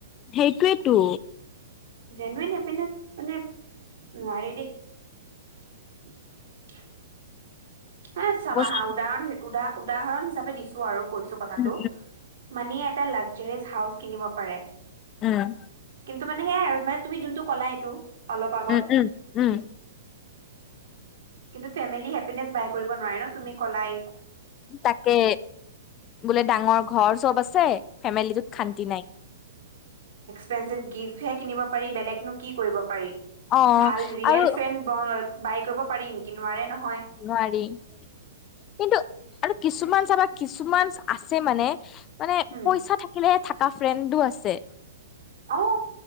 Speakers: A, on the left; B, on the right.
A: সেইটোৱেইতো
B: জেনুৱেন হেপিনেচ মানে নোৱাৰে দেই <unintelligible> মানে চাবা
A: বস্তু
B: হা উদাহৰণ উদাহ উদাহৰণ হিচাপে দিছো আৰু কৈছো কথাটো
A: উম
B: মানিয়ে এটা লাক জাৰিচ হাউচ কিনিব পাৰে
A: উম
B: কিন্তু মানে সেয়াই আৰু মানে তুমি যোনটো কলা এইটো অলপ আগত
A: উম উম উম উম
B: কিন্তু ফেমিলি হেপিনেচ বাই কৰিব নোৱাৰে ন তুমি কলাই
A: তাকে বোলে ডাঙৰ ঘৰ চব আছে ফেমিলিটোত শান্তি নাই
B: ফেণ্ডশ্বিপ গিভহে কিনিব পাৰি বেলেগনো কি কৰিব পাৰি
A: অ
B: ভাল ৰিয়েল
A: আৰু
B: ফেন ব বাই কৰিব পাৰি নিকি নোৱাৰে নহয়
A: নোৱাৰি কিন্তু আৰু কিছুমান চাবা কিছুমান আছে মানে মানে
B: উম
A: পইচা থাকিলেহে থাক কা ফ্ৰেণ্ডো আছে
B: অ